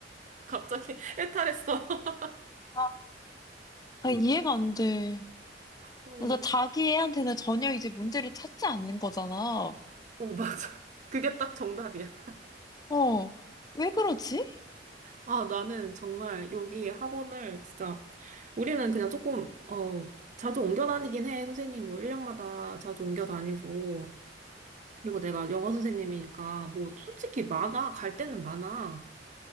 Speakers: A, on the right; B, on the left.
A: 갑자기 <laughs> 해탈했어. <laughs>
B: 아, 아, 이해가 안 돼.
A: 어,
B: 그러니까 자기 애한테는 전혀 이제 문제를 찾지 않는 거잖아.
A: 어, 맞아. 그게 딱 정답이야.
B: 어, 왜 그러지?
A: 아, 나는 정말 여기 학원을 진짜, 우리는 그냥 조금, 어, 자주 옮겨 다니긴 해. 선생님 뭐 1년마다 자주 옮겨 다니고. 그리고 내가 영어 선생님이니까 뭐 솔직히 많아. 갈 때는 많아.